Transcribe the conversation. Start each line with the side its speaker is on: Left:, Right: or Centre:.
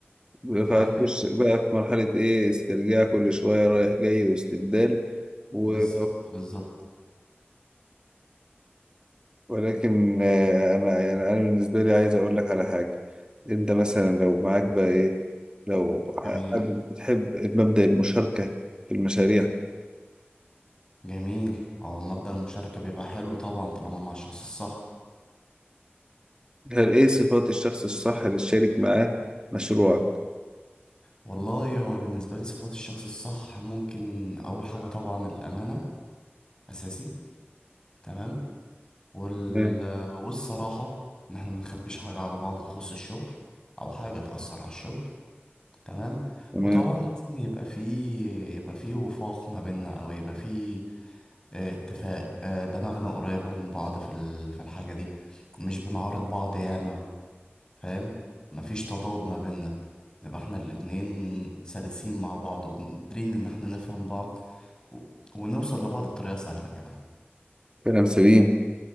Right: فهتخش
Left: فاهم
Right: بقى في مرحلة إيه استرجاع كل شوية رايح جاي واستبدال و...
Left: بالظبط بالظبط
Right: ولكن آه، أنا يعني أنا بالنسبة لي عايز أقول لك على حاجة أنت مثلا لو معاك بقى إيه لو حابب-
Left: جميل
Right: بتحب مبدأ المشاركة في المشاريع
Left: جميل هو مبدأ المشاركة بيبقى حلو طبعا طالما مع الشخص الصح
Right: هل إيه صفات الشخص الصح اللي تشارك معاه مشروعك؟
Left: والله هو بالنسبة لي صفات الشخص الصح ممكن أول حاجة طبعا الأمانة أساسي تمام وال...
Right: تمام
Left: والصراحة ان احنا ما نخبيش حاجة على بعض تخص الشغل او حاجة تأثر على الشغل تمام
Right: تمام
Left: وطبعا لازم يبقى فيه يبقى فيه وفاق ما بيننا او يبقى فيه آه، اتفاق آه، دماغنا قريبة من بعض في ال... في الحاجة دي مش بنعارض بعض ياما فاهم مفيش تضاد ما بيننا نبقى احنا الاتنين سلسين مع بعض وقادرين ان احنا نفهم بعض و... ونوصل لبعض بطريقة سهلة كمان
Right: كلام سليم